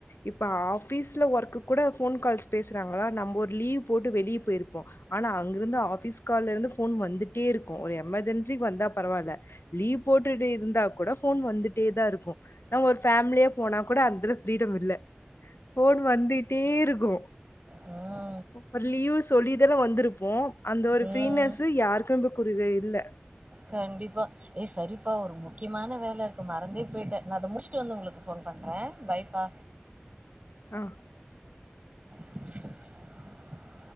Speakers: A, on the left (about 80°); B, on the right (about 35°).
A: இப்ப ஆஃபீஸ்ல ஒர்க் கூட ஃபோன் கால்ஸ் பேசுறாங்ளா ஆனா நம்ப ஒரு லீவ் போட்டு வெளிய போயிருப்போ ஆனா அங்கிருந்து ஆஃபிஸ் கால்ல இருந்து ஃபோன் வந்துட்டே இருக்கு ஒரு எமர்ஜென்சிக் வந்தா பரவால லீவ் போட்டுட்டு இருந்தா கூட ஃபோன் வந்துட்டே தா இருக்கு நம்ம ஒரு ஃபேமிலியா போனா கூட அந்தள ஃப்ரீடம் இல்ல ஃபோன் வந்துகிட்டே இருக்கு
B: ஆ
A: ப்ற லீவு சொல்லிதான வந்துருப்போ அந்த ஒரு
B: ம்
A: ஃப்ரீனஸு யாருக்கு ம்ப குரிதாயு இல்ல
B: கண்டிப்பா ஏ சரிப்பா ஒரு முக்யமான வேல இருக்கு மறந்தே போய்ட்ட நா அத முடிச்ட்டு வந்து உங்ளுக்கு ஃபோன் பண்ற பை பா
A: அ அ
B: <inaudible>